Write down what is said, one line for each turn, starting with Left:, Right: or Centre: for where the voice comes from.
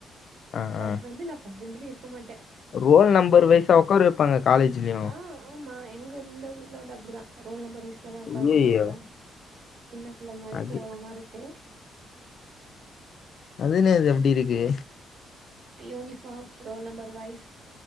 Left: ஆ,
Right: பட்
Left: ஆ.
Right: வந்து நா ஃபஸ்ட் பெஞ்ச்லயே இருக்க மாட்ட
Left: ரோல் நம்பர் வைசா உக்கார வெப்பாங்க காலேஜ்லயு
Right: ஆ ஆமா எங்க இந்த ஊரில வந்து அப்டிதா ரோல் நம்பர் வயஸ்ல தா உக்காந்துகனு
Left: ஐயையோ!
Right: கி சின்ன பிள்ள மாரி
Left: அது
Right: கேவலமா இருக்ட்டு
Left: அது என்னது அப்டி இருக்கு
Right: யூனிஃபார்ம் ரோல் நம்பர் வைஸ்